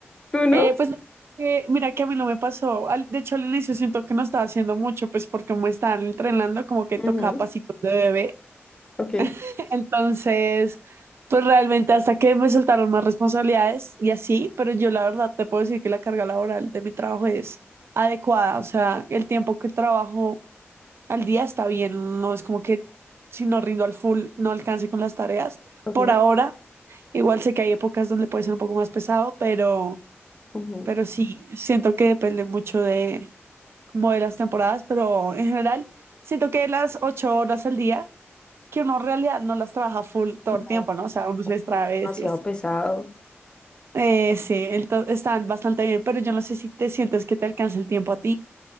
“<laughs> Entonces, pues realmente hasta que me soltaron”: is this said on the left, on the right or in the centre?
Right